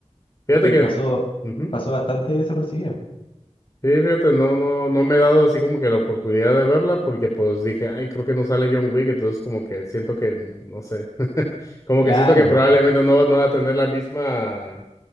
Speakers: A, on the left; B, on the left.
A: Fíjate
B: porque
A: que
B: pasó,
A: ujú.
B: pasó bastante desapercibida.
A: Sí, fíjate, no, no, no me he dado así como que la oportunidad de verla porque pues dije, ay, creo que no sale John Wick, entonces como que siento que, no sé, <laughs> como
B: Claro.
A: que siento que probablemente no va, no va a tener la misma,